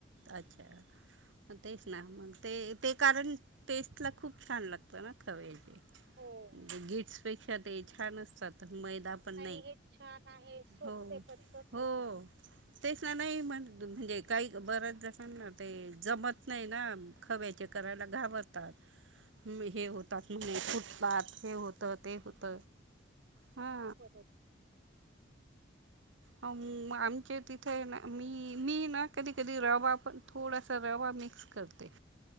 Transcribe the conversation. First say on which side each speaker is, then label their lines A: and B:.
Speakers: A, on the right; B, on the right.
A: अच्छा तेच ना मग ते ते कारण टेस्ट ला खूप छान लागत ना खव्याचे
B: हो
A: गिट्स पेक्षा ते छान असतात मैदा पण
B: नाही हे छान आहे सोपे
A: हो
B: पटपट
A: हो
B: होता
A: तेच ना नाही म्हणजे काही बर्याच जनाना ते जमत नाही ना खव्याचे करायला घाबरतात हे होतात म्हणे फुटतात हे होत ते होत हा
B: बरोबर
A: हा आमच्या तिथे ना मी मी ना कधी कधी रवा पण थोडासा रवा मिक्स करते